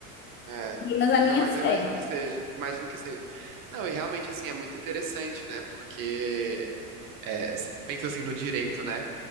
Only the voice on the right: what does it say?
É.
Não, mas
eu imagino que seja. Imagino que seja. Não, e realmente, assim, é muito interessante, né? Porque, é, você pensa, assim, no direito, né?